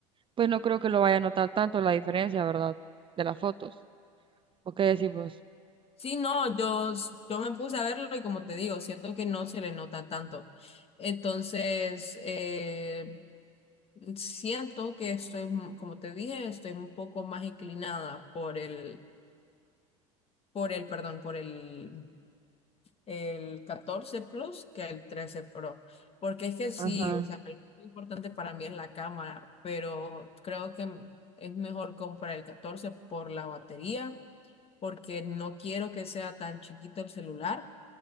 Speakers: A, on the right; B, on the left.
A: pues no creo que lo vaya a notar tanto la diferencia, ¿verdad? De las fotos. ¿O qué decís vos?
B: Sí, no, yo, yo me puse a verlo y como te digo, siento que no se le nota tanto. Entonces, eh, siento que estoy, mm, como te dije, estoy un poco más inclinada por el, por el, perdón, por el, el 14 Plus que el 13 Pro. Porque es que sí,
A: Ajá.
B: o sea, lo importante para mí es la cámara, pero creo que es mejor comprar el 14 por la batería, porque no quiero que sea tan chiquito el celular,